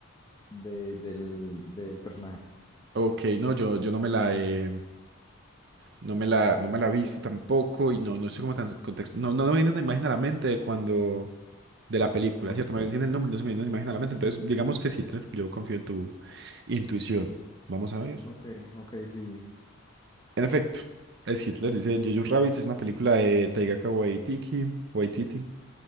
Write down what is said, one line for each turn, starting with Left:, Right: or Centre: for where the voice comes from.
Left: de- del, del personaje.
Right: Ok, no, yo, yo no me la he No me la, no me la he visto tampoco y no, no sé cómo tan contexto. No, no me viene una imagen a la mente de cuando. De la película,
Left: Ok,
Right: ¿cierto? Me decían el nombre, y no se me viene una imagen
Left: sí.
Right: a la mente. Entonces, digamos que es Hitler. Yo confío en tu intuición. Vamos a ver.
Left: Ok, ok, sí.
Right: En efecto, es Hitler. Dice Jojo Rabbit. Es una película de Taika Waititi. Waititi.